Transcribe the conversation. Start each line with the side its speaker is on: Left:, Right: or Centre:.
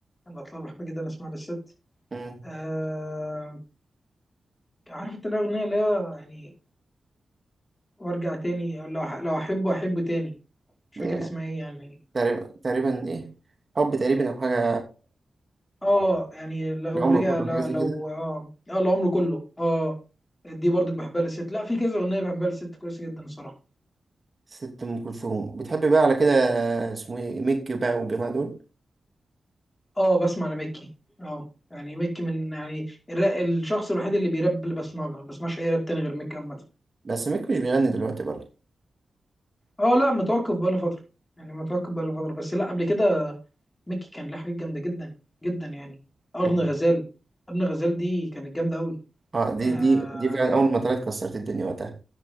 Left: انا اطلال بحب جدا اسمع للست
Right: مم.
Left: أه عارف انت الاغنيه اللي هي يعني وارجع تاني لو لو احبه احبه تاني مش
Right: يعني
Left: فاكر اسمها ايه يعني
Right: تقريبا تقريبا ايه حب تقريبا او حاجه
Left: اه يعني لو
Right: العمر
Left: رجع
Right: كله
Left: لا
Right: حاجه زي
Left: لو
Right: كده
Left: اه اه العمر كله اه دي برضك بحبها للست لا في كذا اغنيه بحبها للست كويسه جدا الصراحه
Right: ست ام كلثوم بتحب بقى على كده اسمه ايه ميك بقى والجماعه دول
Left: اه بسمع لميكي اه يعني ميكي من يعني الر- الشخص الوحيد اللي بيراب اللي بسمع له ما بسمعش اي راب تاني غير ميكي عامه
Right: بس ميك مش بيغني دلوقتي برضه
Left: اه لا متوقف بقاله فتره يعني متوقف بقاله فتره بس لا قبل كده ميكي كان له حاجات جامده جدا جدا يعني ارن
Right: اه
Left: غزال ارن غزال دي كانت جامده قوي
Right: آه، دي
Left: اه
Right: دي دي فعلا اول ما طلعت كسرت الدنيا وقتها